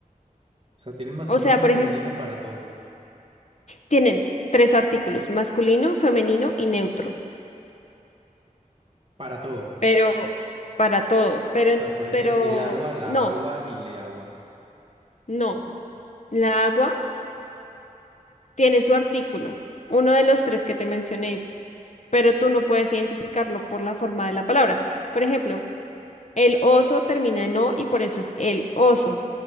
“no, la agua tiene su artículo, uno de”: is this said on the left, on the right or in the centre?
Left